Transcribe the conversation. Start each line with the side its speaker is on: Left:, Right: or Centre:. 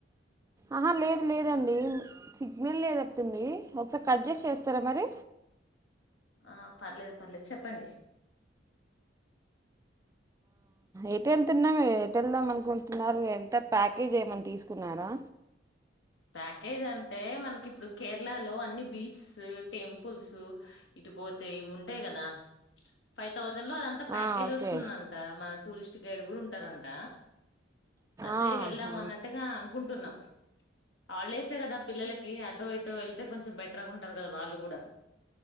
Right: అహ లేదు లేదండి సిగ్నల్ లేదట్టుంది ఒకసా కడ్జేస్ చేస్తారా మరి
Left: ఆ పర్లేదు పర్లేదు చెప్పండి
Right: ఎటెళ్తున్నాము ఎటెళ్దాం అనుకుంటున్నారు ఎంత ప్యాకేజ్ ఏమన్న తీసుకున్నారా
Left: ప్యాకేజ్ అంటే మనకిప్పుడు కేరళ లో అన్ని బీచ్స్ టెంపుల్స్ బోతే ఇవుంటయి గదా ఫైవ్ తౌ మున్నార్ అంతా ప్యాకేజ్
Right: ఆ ఓకే
Left: వస్తుందంట మన టూరిస్ట్ గైడ్ గుడా ఉంటారంట అతే
Right: ఆహా
Left: వెళ్దామన్నట్టుగా అనుకుంటున్నాం హాలిడేసే గదా పిల్లలకి అటో ఇటో వెళ్తే కొంచెం బెటర్గుంటారు గద వాళ్ళు గుడ